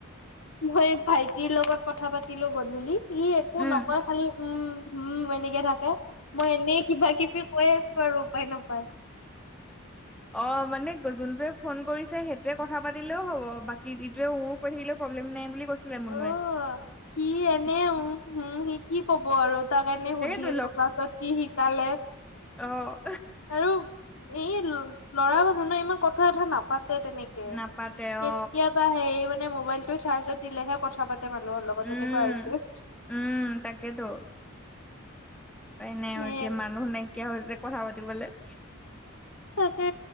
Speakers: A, on the left (about 75°); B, in the centre.
A: মই এক ভাইটিৰ লগত কথা পাতিলো গধূলি ই একো
B: উম
A: নকয় খালি উম উম এনেকে থাকে। মই এনেই কিবা কিবি কৈ আছো আৰু ৰপাই নোপায়।
B: অ অ মানে যোনটোৱে ফোন কৰিছে সেইটয়ে কথা পাতিলেও হ'ব বাকী ইটোৱে উো কৈ থাকিলে প্ৰব্লেম নাই বুলি কৈ পাতিলে
A: অ
B: মনুএ
A: সি এনেই উম স কি কব আৰু তাৰ কাৰণে
B: তাকেতো
A: সুধি আছো ক্লাছত কি শিকালে
B: অঁ
A: আৰু এই ল'ৰা মানুহ ন ইমান কথা বথা নাপাতে তেনেকে কেতিয়াবা
B: নাপাতে অ
A: সেই মানে মোবাইলটো চাৰ্জত দিলেহে কথা পাতে মানুহৰ লগত
B: উম
A: এনেকুৱা আহিছোঁ
B: উম তাকেতো উপাই নাই
A: নে
B: আৰু এতিয়া মানুহ নাইকিয়া হৈছে কথা পাতিবলে
A: তাকে